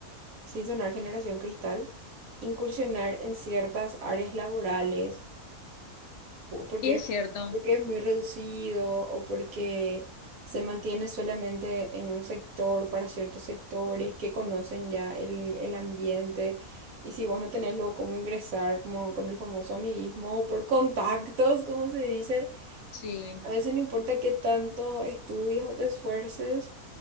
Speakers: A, on the right; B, on the left.
A: sin sonar generación cristal, incursionar en ciertas áreas laborales, o porque
B: y es
A: es,
B: cierto,
A: porque es muy reducido o porque se mantiene solamente en un sector para ciertos sectores que conocen ya el, el ambiente. Y si vos no tenés luego cómo ingresar, como con el famoso amiguismo o por contactos, como se dice,
B: sí,
A: a veces no importa qué tanto estudies o te esfuerces.